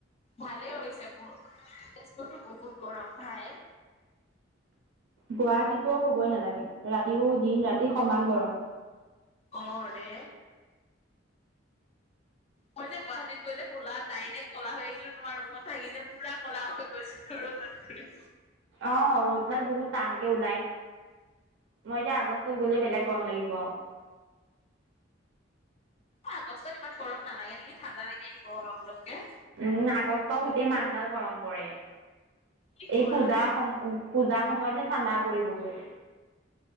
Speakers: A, on the left; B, on the right.
A: ভালে হৈছে মোৰ, তেজপুৰতো বহুত গৰম ভাই।
B: গুৱাহাটীতটো ক'বই নালাগে, ৰাতিও দিন ৰাতি সমান গৰম।
A: অ', ৰে। মই যে, গুৱাহাটীত গৈ যে, কলা, ডাইৰেক্ট কলা হৈ আহিছিলোঁ। তোমাৰ ৰুমত থাকি যে, পুৰা কলা হৈ গৈছিলো। ৰ'দত ঘূৰি ঘূৰি
B: অ', ৰ'দডাল বহুত টানকে ওলায়। মই এতিয়া আগষ্টত গ'লে বেলেগ গৰম লাগিব।
A: আগষ্টত ইমান গৰম নালাগে নেকি? ঠাণ্ডা লাগি আহিব অলপ অলপকে।
B: উম, আগষ্টত গোটেই মাহডাল গৰম পৰে।
A: কি
B: এই
A: কোৱা
B: পূজা সম পূজাৰ সময়তহে ঠাণ্ডা পৰিবগৈ,